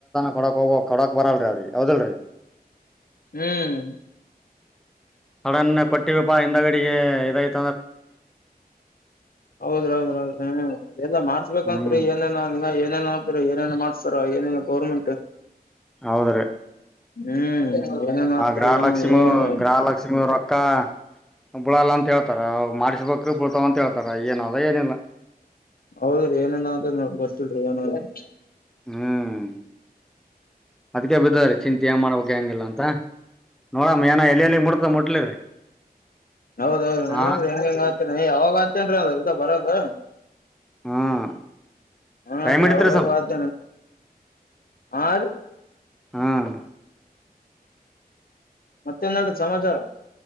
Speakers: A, in the centre; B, on the left.
A: ಕೊಡಕ್ ಹೋಗ್ಬೇಕ ಕೊಡಕ್ ಬರಲ್ರರಿ ಅವ್ರಿ ಹೌದಿಲ್ರಿ.
B: ಹ್ಮ್
A: ಸಡನ್ ಕೊಟ್ಟಿವಪ್ಪಾ ಹಿಂದ ಗಡಿಗೆ ಇದಾಯ್ತ.
B: ಹೌದ್ರೀ ಹೌದ್ರೀ ಹೌದ್ರೀ ಹ್ಮ ಎಲ್ಲ ಮಾಡ್ತ. ಬರಬೇಕಂತ್ರಿ
A: ಹ್ಮ್
B: ಏನ ಏನೇನ ಅಂತರಿ ಏನೇನ ಮಾಡ್ಸ್ತಾರ ಏನೇನ ಗೌರ್ಮೆಂಟ್.
A: ಹೌದ್ರೀ
B: ಹ್ಮ್ ಏನೇನ್ ಆತ್ರಿ
A: ಆ ಗ್ರಹಾಲಕ್ಷ್ಮಿ
B: ಏನೇನ್ ಏನ್
A: ಗ್ರಹಾಲಕ್ಷ್ಮಿ ರೊಕ್ಕ. ಕಾ ಬಳಲ್ಲ ಅಂತ ಹೇಳ್ತಾರ ಅವ್ ಮಾಡಿಸಬೇಕು. ಅಂತ ಹೇಳ್ತಾರ ಏನ ಅದ ಏನಿಲ್ಲ.
B: ಹೌದ್ರಿ ಏನೇನ ಅದ ಗೊತ್ತಿಲ್ರಿ ಏನ್ರಿ <inaudible>
A: ಹ್ಮ್ ಅದಕ್ಕೆ ಬಿದವರಿ. ಚಿಂತ ಮಾಡ್ಬೇಕ ಹೆಂಗಿಲ್ಲ ಅಂತ ನೋಡಮ್ ಏನ ಎಲ್ಲಿ ಎಲ್ಲಿ ಮುಡ್ತ ಮುಟ್ಲಿರಿ.
B: ಹೌದೌದು ನೋಡನ್
A: ಹಾ
B: ಹೆಂಗ ಹೆಂಗ ಆತೇ ಯಾವಾಗ ಆತೇನ್ರೀ ಅದ ಬರೋದು.
A: ಹ್ಮ್
B: ಹಾ
A: ಟೈಮ್
B: ರಿ
A: ಹಿಡಿತ್ರಿ
B: ಯಾವಾಗ
A: ಸ್ವಲ್ಪ
B: ಯಾವಾಗ. ಆ ರಿ.
A: ಹ್ಮ್
B: ಮತ್ತೇನ್ ನಡ ಸಮಾಚಾರ.